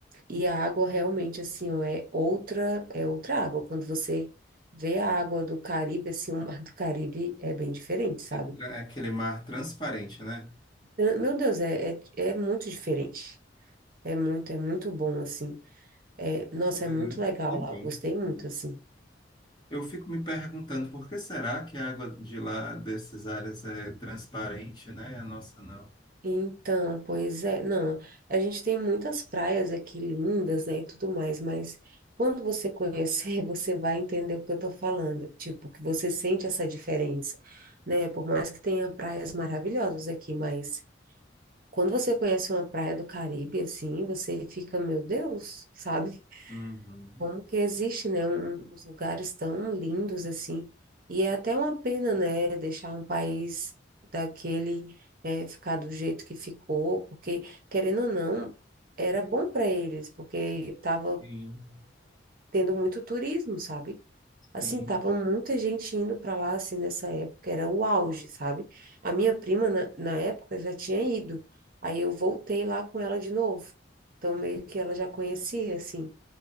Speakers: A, on the right (about 50°); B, on the left (about 25°).
A: e a água realmente, assim, ó, é outra, é outra água. Quando você vê a água do Caribe, assim, o mar do Caribe é bem diferente, sabe?
B: É, tra- é aquele mar transparente, né?
A: Meu Deus, é, é, é muito diferente. É muito, é muito bom, assim. É, nossa,
B: Uhum.
A: é muito legal
B: Que bom.
A: lá. Gostei muito, assim.
B: Eu fico me perguntando por que será que a água de lá dessas áreas é transparente, né? A nossa não.
A: Então, pois é, não, a gente tem muitas praias aqui lindas, né, e tudo mais, mas quando você conhecer, <laughs> você vai entender o que eu tô falando, tipo, que você sente essa diferença, né, por mais que tenha praias maravilhosas aqui, mas quando você conhece uma praia do Caribe, assim, você fica, meu Deus, sabe?
B: Uhum.
A: como que existe, né, um- uns lugares tão lindos assim. E é até uma pena, né, deixar um país daquele eh, ficar do jeito que ficou, porque, querendo ou não, era bom para eles, porque estava
B: Sim,
A: tendo muito turismo, sabe? Assim,
B: sim.
A: tava muita gente indo para lá, assim, nessa época, era o auge, sabe? A minha prima, na, na época, já tinha ido, aí eu voltei lá com ela de novo, então meio que ela já conhecia, assim.